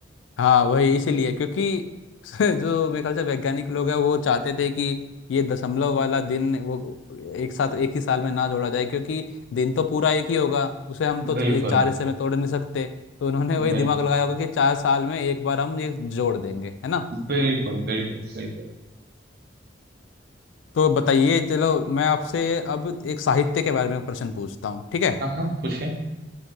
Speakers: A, on the left; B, on the right.
A: हाँ वही इसीलिए क्योंकि <laughs> जो मेरे ख्याल से वैज्ञानिक लोग हैं वो चाहते थे कि ये दशमलव वाला दिन वो एक साथ एक ही साल में ना जोड़ा जाए क्योंकि दिन तो पूरा एक ही होगा उसे हम
B: है
A: तो
B: बिल्कुल
A: एक चार हिस्से में तोड़ नहीं सकते तो उन्होंने वही
B: बिल्कुल
A: दिमाग लगाया होगा कि चार साल में एक बार हम ये जोड़ देंगे है ना
B: बिल्कुल बिल्कुल बिल्कुल
A: तो बताइए चलो मैं आपसे अब एक साहित्य के बारे में प्रश्न पूछता हूँ ठीक है
B: हाँ हाँ पूछे